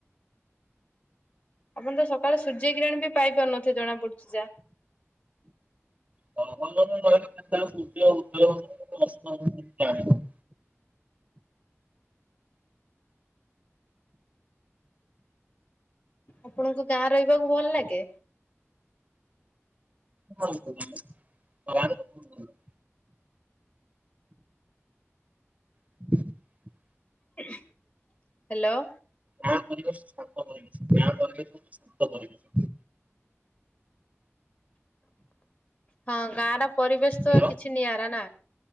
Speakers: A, on the left (about 35°); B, on the right (about 30°).
A: ଆପଣ ତ ସକାଳୁ ସୂର୍ଯ୍ୟ କିିରାଣ ବି ପାଇପାରୁନଥିବେ ଜଣା ପଡୁଛି ଯା।
B: <unintelligible>
A: ଆପଣଙ୍କୁ ଗାଁ ରହିବାକୁ ଭଲ ଲାଗେ?
B: ହଁ ଗାଁରେ ତ ବହୁତ ଭଲ ଲାଗେ। <inaudible>
A: ହ୍ୟାଲୋ।
B: ଗାଁ ପରିବେଶ ଶାନ୍ତ ପରିବେଶ, ଗାଁ ପରିବେଶ ଶାନ୍ତ ପରିବେଶ।
A: ହଁ ଗାଁ ର ପରିବେଶ ତ
B: ହ୍ୟାଲୋ
A: କିଛି ନିଆରା ନା।